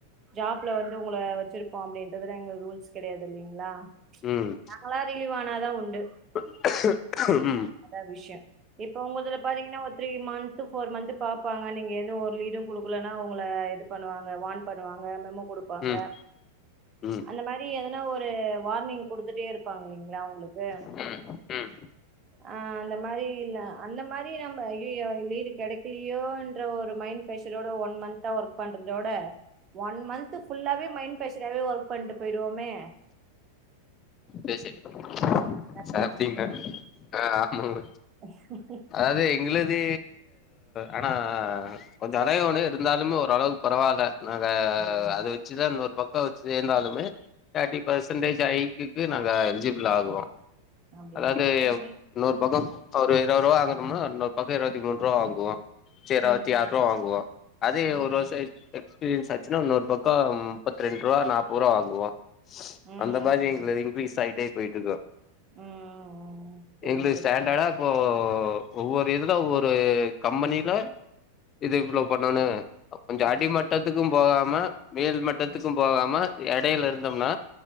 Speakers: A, on the right; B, on the left.
A: ஜாப்ல வந்து உங்கள வெச்சிருப்போ அப்டின் இதலா எங்க ரூல்ஸ் கெடையாது இல்லிங்களா
B: ம்
A: நாங்களா ரிலீவ்வானாதா உண்டு
B: ம்
A: அதா விஷயோ இப்ப உங்களுதுல பாத்திங்கன்னா த்ரீ மன்த்து ஃபோர் மன்த்து பாப்பாங்க நீங்க எதுவு ஒரு லீடூ குடுக்கலன்னா உங்கள இது பண்ணுவாங்க வார்ன் பண்ணுவாங்க மெமோ குடுப்பாங்க
B: ம் ம்
A: அந்த மாரி எதனா ஒரு வார்னிங் குடுத் துட்டே இருப்பாங்க இல்லிங்களா உங்களுக்கு
B: ம் ம்
A: அ அந்த மாரி இல் அந்த மாரி நம்ம ஐயையோ லீடு கெடைக் கிலியோன்ர ஒரு மைன் பிரஷர்ரோட ஒன் மன்த்தா ஒர்க் பண்றதோட ஒன் மன்த்து ஃபுல்லாவே மைண்ட் பிரஷராவே ஒர்க் பண்ட்டு போய்டுவோமே
B: சேர் சேரி
A: என்ன
B: சாப்டிங்களா சிப்டிங்க ஆ ஆமாங்க
A: ம்ம்
B: அதாவது எங்ளுது ஆனா கொஞ்சோ அழையோனு இருந்தாலுமு ஒரளவுக்கு பரவால நாங்க
A: ம்
B: அது வச்சுதா இன்னொரு பக்கோ வச் சேந்தாலுமே தேர்ட்டி பெர்சன்டேஜ் ஹைக் கு நாங்க எல்ஜிபிள் ஆகுவோ
A: அப்டிங்களா
B: அதாவது
A: சார் இப்ப நைட்
B: இன்னொரு பக்கோ ஒரு இருவது ருவா வாங்குனம்மா இன்னொரு பக்கோ இருவத்தி மூணு ருவ வாங்குவோ <unintelligible> இருவத்தி
A: ம்
B: ஆறு ருவா வாங்குவோ அதே
A: ம்
B: ஒரு வருஷோ கழிச்சு எக்ஸ்பீரியன்ஸ் ஆச்சுன்னா இன்னொரு பக்கோ முப்பத்து ரெண்டு ருவா நாற்பது ருவா வாங்குவோ
A: ம் ம்
B: அந்த மாதிரி
A: ம்
B: எங்குளுது இன்கீரீஸ் ஆயிட்டே போயிட்ருக்கு
A: ம் ம் புரியுது
B: எங்களுக்கு
A: புரியுது
B: ஸ்டாண்டர்டா இப்போ ஒவ்வொரு இதுல ஒவ்வொரு கம்பனில இது இவ்ளோ பண்ணணு கொஞ்சோ
A: ம்
B: அடி மட்டத்துக்கு போகாம மேல் மட்டத்துக்கு
A: ம்
B: போகாம எடையில இருந்தம்னா